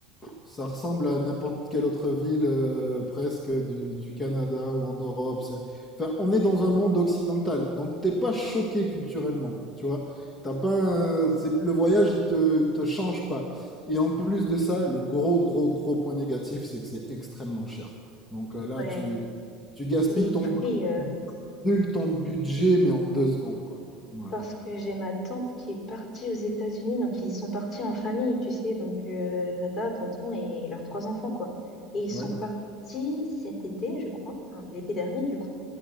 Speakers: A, on the left; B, on the left.
A: ça ressemble à n'importe quelle autre ville euh, presque du, du Canada ou en Europe. C'est- Enfin, on est dans un monde occidental, donc t'es pas choqué culturellement, tu vois. T'as pas un- c'est- Le voyage, il te, il te change pas. Et en plus de ça, le gros, gros, gros point négatif, c'est que c'est extrêmement cher, quoi. Donc euh, là,
B: Ouais,
A: tu, tu gaspilles
B: les
A: ton,
B: prix.
A: brûles ton budget, mais en deux secondes, quoi. Voilà.
B: Parce que j'ai ma tante qui est partie aux États-Unis, donc ils sont partis en famille, tu sais, donc euh, tata, tonton et leurs trois enfants, quoi. Et ils sont
A: Ouais,
B: partis cet été, je crois, enfin l'été dernier, du coup,